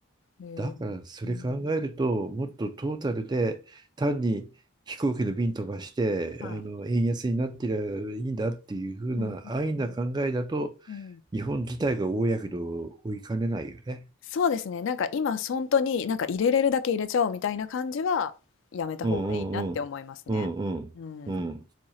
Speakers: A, on the left; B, on the right.
A: へえ。
B: だからそれ考えると、
A: うんうん。
B: もっとトータルで単に飛行機の便飛ばして、
A: はい。
B: あの円安になってりゃいいんだっていう風な安易な考えだと、
A: うんうんうん。うん
B: 日本自体が大やけどを負いかねないよね。
A: そうですね、なんか今本当に、なんか入れれるだけ入れちゃおうみたいな感じはやめた方がいいなって思いますね。
B: うんうんうん。うんうんうん。
A: うん。